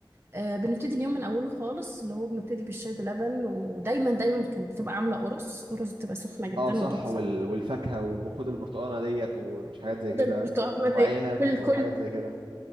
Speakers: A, on the right; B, on the right.
A: آه بنبتدي اليوم من اوله خالص اللي هو بنبتدي بالشاي بلبن ودايما دايما كانت بتبقى عاملة قرص قرص بتبقى سخنة جدا
B: اه صح
A: وتحفة
B: وال... والفاكهه والبخود البرتقانه ديت ومش حاجات زي
A: خد
B: كده
A: البرتقالة
B: وعنب
A: دي كل كل
B: وحاجات زي كده